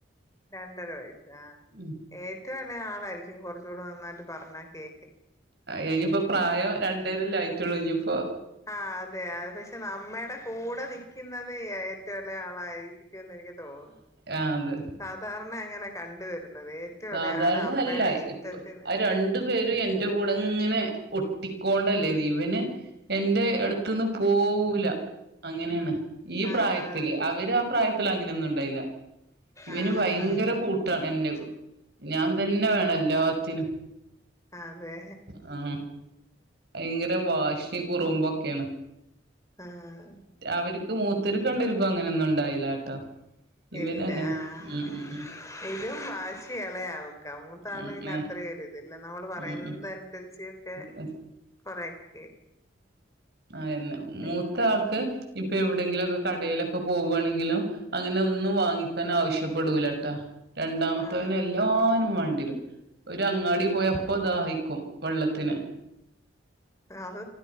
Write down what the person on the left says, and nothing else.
രണ്ടര വയസ്സ് ആഹ്
ഏറ്റവും എളയ ആളായിരിക്കും കൊറ്ച്ചൂടെ നന്നായിട്ട് പറഞ്ഞാ കേ
ആഹ് അതെ അത പക്ഷെ നമ്മടെ കൂടെ നിക്ക്ന്നത് ഏറ്റവു എളയ ആളായിരിക്കും ക്കും എനിക്ക് തോന്നുന്നു
സാധാര്ണ അങ്ങനെ കണ്ടുവരുന്നത്
ഇളയ ആള് അമ്മയുടെ
ഇഷ്ടത്തിന്
ആഹ്
ആഹ്
അതേ
ആഹ്
ഇല്ല
ആഹ്
ഇതും വാശിയാണ് <unintelligible> കമൂത്ത ആളും
പിന്നെ
അത്രയും ഒരി ഇതില്ല നമ്മള് പറയുന്നത്
അനുസരിച്ച് ഒക്കെ
കൊറെയൊക്കേ
പിന്നെ
ആഹ്
ആഹ്
അത്